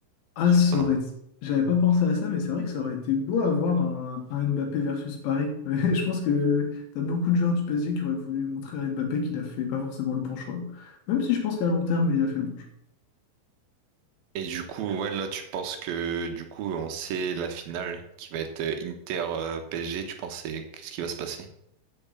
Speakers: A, on the left; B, on the right.
A: Ah,
B: surprenant.
A: ça aurait... J'avais pas pensé à ça, mais c'est vrai que ça aurait été beau avoir un, un Mbappé versus Paris. <laughs> Ouais, je pense que t'as beaucoup de joueurs du PSG qui auraient voulu montrer à Mbappé qu'il a fait pas forcément le bon choix. Même si je pense qu'à long terme, il a fait le bon choix.
B: Et du coup, ouais, là, tu penses que du coup, on sait la finale qui va être euh, Inter euh, PSG, tu penses c'est qu'est-ce qui va se passer?